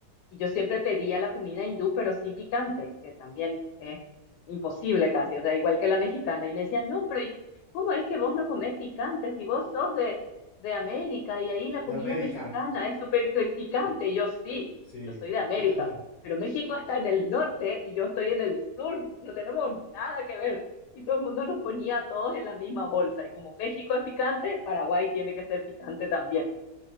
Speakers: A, on the left (about 90°); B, on the left (about 65°).
A: Y yo siempre pedía la comida hindú, pero sin picante, que también es imposible casi, o sea, igual que la mexicana. Y me decían, no, pero ¿y ¿cómo es que vos no comés picante si vos sos de, de América y ahí la
B: De
A: comida
B: América,
A: mexicana es súper cri- picante? Y yo sí,
B: sí.
A: yo soy de América,
B: <laughs>
A: pero México está en el norte y yo estoy en el sur, no tenemos nada que ver. Y todo el mundo nos ponía a todos en la misma bolsa. Y como México es picante, Paraguay tiene que ser picante también.